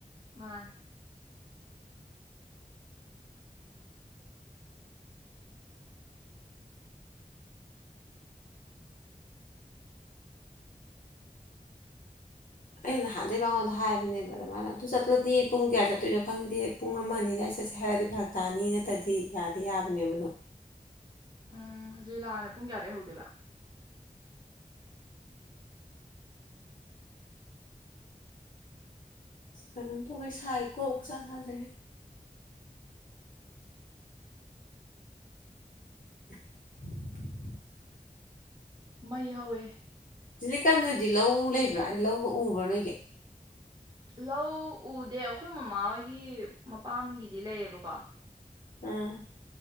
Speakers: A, on the right; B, on the left.
A: ꯃꯥꯅꯤ
B: ꯑꯩ ꯅꯍꯥꯟꯗꯩ ꯃꯉꯣꯟꯗ ꯍꯥꯏꯕꯅꯦꯕ ꯑꯗꯨꯃꯥꯏꯅ ꯑꯗꯨ ꯆꯠꯂꯗꯤ ꯄꯨꯡ ꯀꯌꯥ ꯆꯠꯇꯣꯏꯅꯣ ꯈꯪꯗꯦ ꯄꯨꯡ ꯑꯃ ꯑꯅꯤꯗ ꯑꯩ ꯆꯠꯁꯦ ꯍꯥꯏꯔꯗꯤ ꯐꯔꯛ ꯇꯥꯅꯤ ꯅꯠꯇ꯭ꯔꯗꯤ ꯌꯥꯗꯤ ꯌꯥꯕꯅꯦꯕꯗꯣ
A: ꯎꯝ ꯂꯤꯂꯥꯅ ꯄꯨꯡ ꯀꯌꯥꯗꯩ ꯍꯧꯗꯣꯏꯕ
B: ꯀꯩꯅꯣꯝ ꯇꯧꯒꯩ ꯁꯥꯏꯀꯣ ꯈꯨꯠꯁꯥ ꯁꯥꯖꯦ <unintelligible>
A: ꯃꯩ ꯍꯧꯋꯦ
B: ꯖꯤꯂꯤꯀꯥ ꯅꯣꯏꯗꯤ ꯂꯧ ꯂꯩꯕ꯭ꯔꯥ ꯂꯧꯒ ꯎꯕ꯭ꯔꯥ ꯅꯣꯏꯒꯤ
A: ꯂꯧ ꯎꯗꯦ ꯑꯩꯈꯣꯏ ꯃꯃꯥ ꯍꯣꯏꯒꯤ ꯃꯄꯥꯝꯒꯤꯗꯤ ꯂꯩꯌꯦꯕꯀꯣ
B: ꯎꯝ